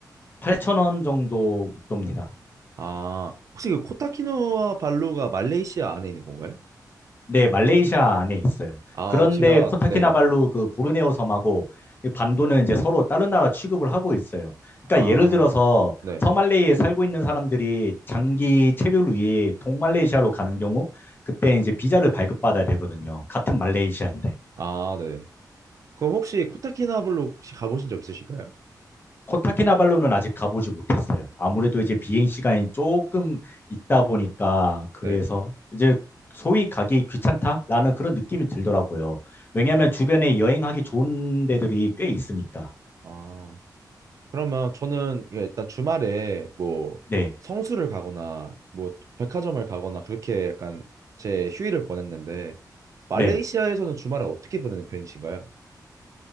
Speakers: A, on the left (about 30°); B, on the right (about 50°).
A: 8천 원 정도 돕니다.
B: 아, 혹시 그 코타키누아 발루가 말레이시아 안에 있는 건가요?
A: 네, 말레이시아 안에 있어요.
B: 아,
A: 그런데
B: 제가
A: 코타키나발루
B: 네.
A: 그 보르네오 섬하고 이 반도는 이제 서로 다른 나라 취급을 하고 있어요.
B: 아,
A: 그러니까 예를 들어서
B: 네.
A: 서말레이에 살고 있는 사람들이 장기 체류를 위해 동말레이시아로 가는 경우 그때 이제 비자를 발급받아야 되거든요. 같은 말레이시아인데.
B: 아, 네. 그럼 혹시 코타키나발루 혹시 가보신 적 있으실까요?
A: 코타키나발루는 아직 가보지 못했어요. 아무래도 이제 비행 시간이 조금 있다 보니까 그래서
B: 네.
A: 이제 소위 가기 귀찮다라는 그런 느낌이 들더라고요. 왜냐하면
B: 어,
A: 주변에 여행하기 좋은 데들이 꽤 있으니까.
B: 아. 그러면 저는 예, 일단 주말에 뭐
A: 네,
B: 성수를 가거나 뭐 백화점을 가거나 그렇게 약간 제 휴일을 보냈는데 말레이시아에서는
A: 네.
B: 주말에 어떻게 보내는 편이신가요?